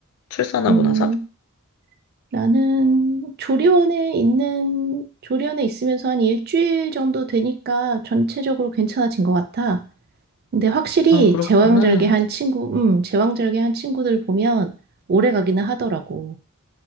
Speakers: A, on the left; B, on the right.
A: 출산하고
B: 음,
A: 나서?
B: 나는 조리원에 있는, 조리원에 있으면서 한 일주일 정도 되니까 전체적으로 괜찮아진 것 같아. 근데 확실히
A: 아, 그렇구나.
B: 제왕절개한 친구, 음, 제왕절개한 친구들 보면 오래 가기는 하더라고.